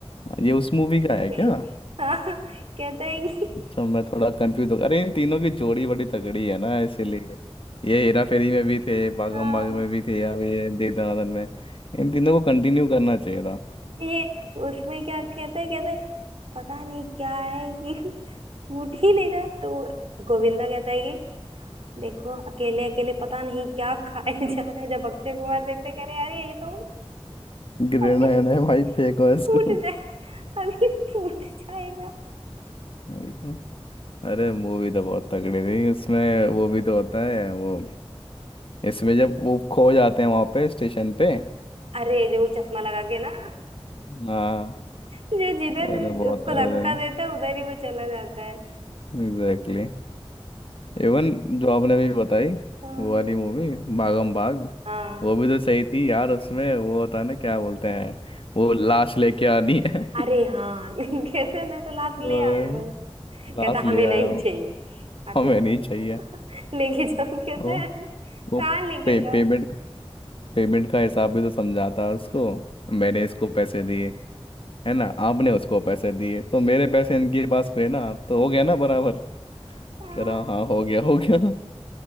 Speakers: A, on the left; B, on the right.
A: ये उस मूवी का है
B: <laughs>
A: क्या
B: हाँ कहता है कि
A: अच्छा मैं थोड़ा कंफ्यूज हो अरे इन तीनों की जोड़ी बड़ी तगड़ी है ना इसीलिए ये हेरा फेरी में भी थे भागम
B: हाँ
A: भाग में भी थे अब ये दे दनादन में इन तीनों को कंटिन्यू करना चाहिए था
B: ये उसमें क्या कहते हैं कहते हैं पता नहीं क्या है कि फूट ही नहीं रहा तो गोविंदा कहता है कि देखो अकेले अकेले पता नहीं क्या खाए <laughs> जा रहा है जब अक्षय कुमार देखते कह रहे अरे ये तो
A: ग्रेनाइड
B: अभी
A: है भाई फेंको इसको
B: फूट जाए अभी फूट जाएगा
A: भाई तो अरे मूवी तो बहुत तगड़ी थी उसमें वो भी तो होता है वो इसमें जब वो खो जाते हैं वहां पे स्टेशन पे
B: अरे जो वो चश्मा लगा के ना
A: हाँ
B: जो जिधर
A: अरे बहुत
B: उसको
A: तगड़े
B: धक्का देता है उधर ही वो चला जाता है
A: दिन एग्जैक्टली इवन जो आपने अभी बताई
B: हाँ
A: वो वाली मूवी भागम भाग
B: हाँ
A: वो भी तो सही थी यार उसमें वो होता है ना क्या बोलते हैं वो लाश लेके आनी है
B: अरे
A: <laughs>
B: हाँ <laughs> कहते मैं तो लास्ट
A: तो
B: ले आया हूँ। कहता
A: लाश ले
B: हमें
A: आया
B: नहीं
A: हूँ
B: चाहिए आखिर
A: हमें
B: वो
A: नहीं चाहिए
B: <laughs> लेके जाओ कहता
A: वो
B: है "अरे,
A: वो
B: कहाँ लेके
A: पे,
B: जाओ
A: पेमेंट पेमेंट का हिसाब भी तो समझाता है उसको मैंने इसको पैसे दिए है ना आपने उसको पैसे दिए तो मेरे पैसे इनके पास हुए ना तो हो गया ना बराबर
B: हाँ,
A: कह रहा हाँ हो गया हो गया